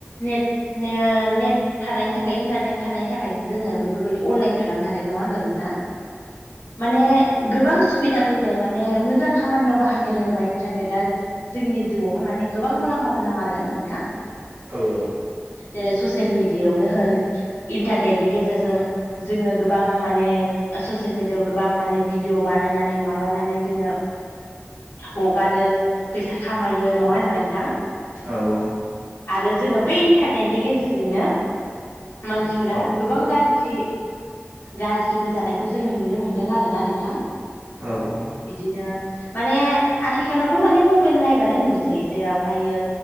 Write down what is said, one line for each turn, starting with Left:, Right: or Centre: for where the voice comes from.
Left: नेट नो नेट। थानायनि थाखाय इन्टारनेट थानायनि थाखायसो जोंङो बेफोरबायदि अनलाइन खालामनो हादों नंङा होनबा नोंथां। माने गोबां सुबिदा फैबाय माने मोजां खामानियाव बाहायनो रोंङोबा इन्टारनेटआ जोंनि जिउआवहाय माने गोबां मुलाम्फा गोनां आरो नोंथां।
Right: औ औ
Left: जेरै ससियेल मिडियायावनो होन इन्टारनेटनि गेजेरजों जोंङो गोबां माने ससियेल मिडियाायाव गोबां माने भिदिअ बानायनानै माबानानै जोंङो‌। हगारो फैसा खामायो नंङा होनबा नोंथां।
Right: औ औ
Left: आरो जोंङो बे इन्टारनेटनि गेजेरजोंनो मानसिफोरा
Right: औ
Left: गोबां गाज्रि गाज्रिबो जानायखौ जोंङो नुनो मोनदों आरोना नों नोंथां।
Right: औ औ।
Left: बिदिनो माने आथिखालावथ' माने मबाइल नायबानो नुसै जेरावहायो